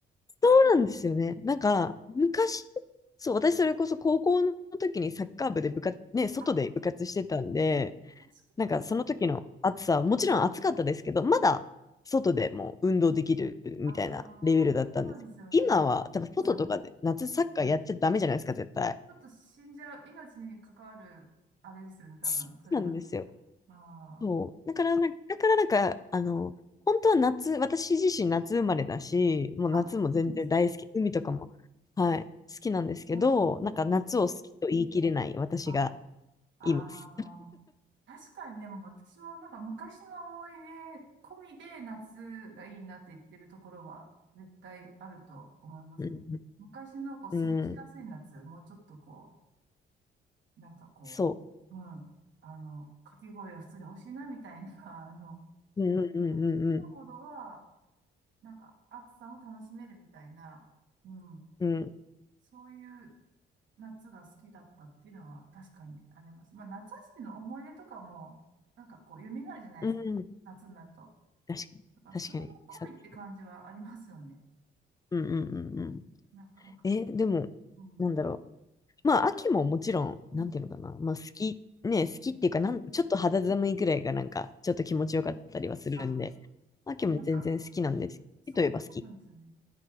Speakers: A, on the left (about 20°); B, on the right (about 70°).
A: そうなんですよね。なんか、昔、そう、私それこそ高校の時にサッカー部で部活、
B: うん
A: ね、外で部活してたんで、
B: あ、確かに。
A: なんかその時の暑さはもちろん暑かったですけど、まだ外でもう運動できるみたいなレベルだったんです。
B: ああ、そうですよね。
A: 今は多分外とかで夏サッカーやっちゃダメじゃないですか、
B: はい。
A: 絶対。
B: ちょっと死んじゃう、命に関わる、あれですよね、多分、
A: そうなんですよ。
B: それは。ああ。
A: そう。だからなんか、だからなんか、あの、本当は夏、私自身夏生まれだし、
B: うんあ、
A: もう夏も全然大好き、
B: そうですね。
A: 海とかも、はい、好きなんですけど、
B: あ
A: なんか夏を好きと言い切れない私が
B: ーああ、
A: います。
B: 確かにでも私もなんか昔の思い出込みで夏がいいなって言ってるところは絶対あると思いますね。
A: うん、
B: 昔のこう過ごしやすい夏、
A: うん、
B: もうちょっとこう、なんかこう、
A: そ
B: うん、あの、かき氷は普通に美味しいなみたいな、<laughs> あの、
A: う。うん、うん、
B: うん今ほどは
A: うん、
B: なんか暑さも楽しめるみたいな、うん、
A: うん、
B: そういう夏が好きだったっていうのは確かにあります。まあ、夏休みの思い出とかも、なんかこう、蘇るじゃないですか。
A: うん、うん。
B: 夏になると。
A: 確かに、
B: だからそれも込みって感じはありますよね。
A: 確かに。そうですねうんうんうんうん。
B: なんか感覚的に。
A: え、でも、
B: うん。
A: なんだろう。まあ、秋ももちろん、
B: うん。
A: なんていうのかな。まあ、好き、ね、好きっていうか、
B: うん。
A: なん、
B: うん
A: ちょっと肌寒いぐらいが、なんか、ちょっと気持ちよかったりはするんで、
B: うんあ、
A: 秋も全然好きなんです。
B: そう、なんかこう、そうそうなんですよね。
A: 好きといえば好き。